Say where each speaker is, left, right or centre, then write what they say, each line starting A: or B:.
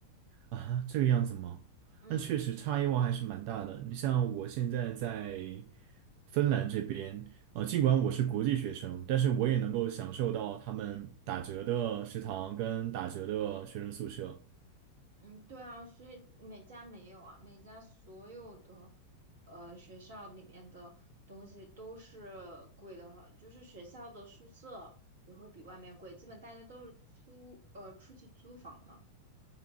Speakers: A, on the right (about 45°); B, on the right (about 65°).
A: 啊，这个样子吗？
B: 嗯
A: 那确实差异化还是蛮大的。你像我现在在芬兰这边，呃，尽管我是国际学生，但是我也能够享受到他们打折的食堂跟打折的学生宿舍。
B: 嗯，对啊，所以每家没有啊，每家所有的呃学校里面的东西都是贵的很，就是学校的宿舍也会比外面贵，基本大家都是租呃出去租房嘛。